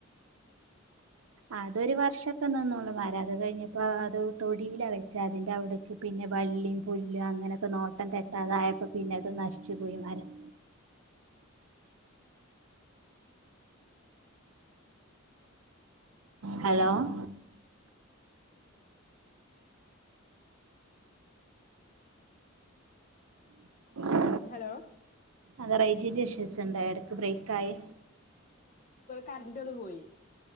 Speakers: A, on the right (about 80°); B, on the left (about 40°).
A: അതൊരു വർഷത്തുനിന്നൊള്ളു അതുകഴിഞ്ഞിപ്പോ തൊഴിലാ വെച്ചേ അതിന്റെ അവിടേക്കു പിന്നെ വള്ളിം പുല്ലു നോട്ടം തെറ്റാണായപ്പോ അതങ്ങു നശിച്ചു പോയി മരം ഹലോ <unintelligible> <inaudible> <unintelligible>
B: ഹലോ
A: അതാ റേഞ്ച്ന്റെ ഇഷ്യൂ ഈസ്‌ എന്തായിടക്ക് ബ്രേക്ഖ്യായി
B: കറണ്ടത് പോയി